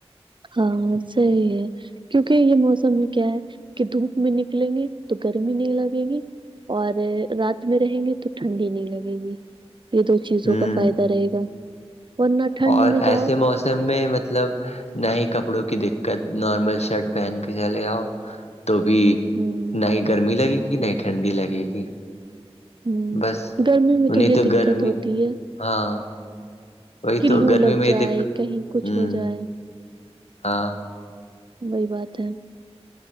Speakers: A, on the right; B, on the left.
A: ہاں صحی ہے کیونکہ یہ موسم میں کیا ہے کہ دھوپ میں نکلیں گے تو گرمی نہیں لگے گی اور رات میں رہیں گے تو ٹھنڈی نہیں لگے گی یہ دو چیزوں
B: ہوں
A: کا فائدہ رہے گا ورنہ ٹھنڈ
B: اور
A: میں جاؤ
B: ایسے موسم میں مطلب نہ ہی کپڑوں کی دقت نارمل شرٹ پہن کے چلے آاؤ تو بھی
A: ہوں
B: نہ ہی گرمی لگے گی نہ ٹھنڈی لگے گی
A: ہوں
B: بس
A: گرمی میں
B: نہیں
A: تو یہ دقت
B: گرمی
A: ہوتی ہے
B: ہاں وہی
A: کلو
B: تو گرمی
A: لگ
B: میں
A: جائے
B: یہ دق
A: کہیں کچھ
B: ہوں
A: ہو جائے
B: ہاں
A: وہی بات ہے